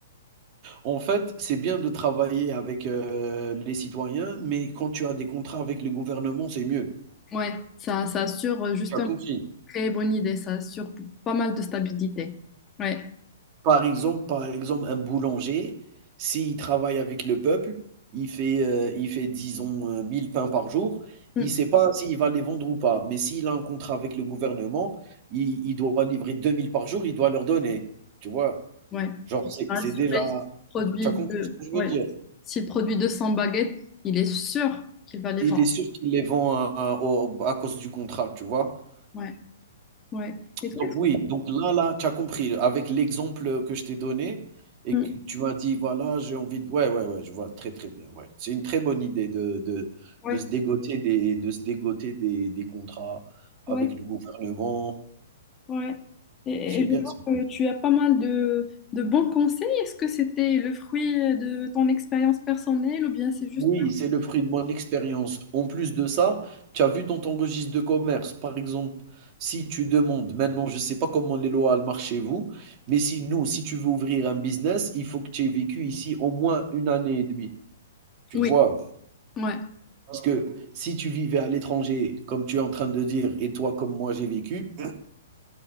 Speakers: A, on the right (about 35°); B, on the left (about 20°).
A: en fait, c'est bien de travailler avec, heu, les citoyens, mais quand tu as des contrats avec le gouvernement, c'est mieux.
B: ouais, ça, ça assure euh, juste
A: Tu as
B: une
A: compris?
B: très bonne idée. Ça assure pas mal de stabilité. Ouais,
A: Par exemple par exemple, un boulanger, s'il travaille avec le peuple, il fait, heu, il fait disons, heu, 1000 pains par jour, il
B: Mm.
A: ne sait pas s'il va les vendre ou pas. Mais s'il a un contrat avec le gouvernement, il il doit livrer 2000 par jour, il doit leur donner, tu vois?
B: ouais.
A: Genre c'est
B: rassurer,
A: c'est déjà
B: s'il produit,
A: tu as compris
B: deux-
A: ce que je
B: ouais,
A: veux dire?
B: s'il produit 200 baguettes, il est sûr qu'il va les
A: Il
B: vendre.
A: est sûr qu'il les vend à à au à cause du contrat, tu vois?
B: Ouais, ouais. Et toi,
A: Donc oui, donc là là, tu as compris avec l'exemple, que je t'ai donné et
B: Mm.
A: que tu m'as dit: «Voilà, j'ai envie de» ouais, ouais, ouais, je vois très, très bien, ouais. C'est une très bonne idée de de
B: Ouais,
A: de se dégoter des de se dégoter des des contrats
B: ouais,
A: avec le gouvernement.
B: ouais. Et,
A: C'est
B: et
A: bien
B: je vois
A: ça.
B: que tu as pas mal de, de bons conseils. Est-ce que c'était le fruit de ton expérience personnelle ou bien c'est juste...
A: Oui, c'est le fruit de mon expérience. En plus de ça, tu as vu dans ton registre de commerce, par exemple, si tu demandes maintenant, je ne sais pas comment les lois elles marchent chez vous, mais si nous, si tu veux ouvrir un business, il faut que tu aies vécu ici au moins une année et demie. Tu
B: Oui,
A: vois?
B: ouais,
A: Parce que si tu vivais à l'étranger, comme tu es en train de dire et toi comme moi j'ai vécu,